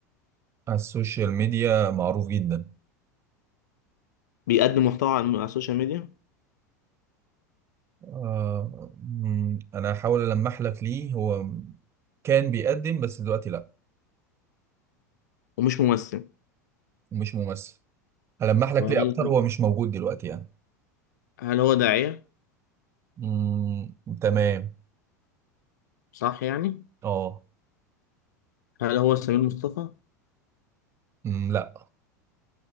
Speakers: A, on the right; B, on the left.
A: على السوشيال ميديا معروف جدا
B: بيقدم محتوى على على السوشيال ميديا
A: آه، مم، انا هحاول ألمح لك ليه هو كان بيقدم بس دلوقتي لا
B: ومش ممثل
A: مش ممثل هلمح لك
B: وهل
A: ليه اكتر هو مش موجود دلوقتي يعني
B: هل هو داعية؟
A: مم، تمام
B: صح يعني؟
A: اه
B: هل هو سمير مصطفى؟
A: مم، لا